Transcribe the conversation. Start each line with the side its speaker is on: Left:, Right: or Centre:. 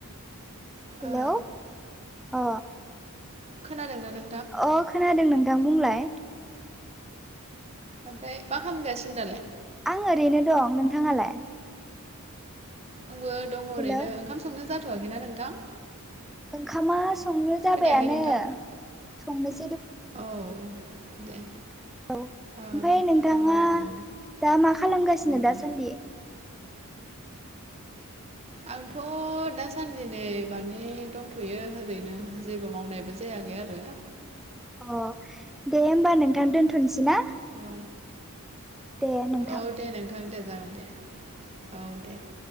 Centre: हेलौ
Right: ओ
Centre: अ।
Right: खोनादों ना नों?
Centre: अ खोनादों नोंथां बुंलाय।
Right: ओमफ्राय मा खालामगासिनो दालाय?
Centre: आं ओरैनो दं नोंथाङालाय?
Right: आंबो दङ ओरैनो
Centre: हेलौ
Right: ओंखाम संनो जाथ'वाखैना नोंथां?
Centre: ओंखामा संनो जाबायानो
Right: खोनायाखै नोंथां
Centre: संनो
Right: औ दे।
Centre: औ ओमफ्राय
Right: औ
Centre: नोंथाङा
Right: औ औ
Centre: दा मा खालामगासिनो
Right: उम
Centre: दासान्दि?
Right: आंथ' दासानदि नै माने दंथ'यो ओरैनो जेबो मावनायबो जाया यै आरो।
Centre: अ दे होमबा नोंथां दोनथ'नोसै ना?
Right: औ
Centre: दे नोंथां
Right: औ दे नोंथां दे जागोन दे औ दे। <inaudible>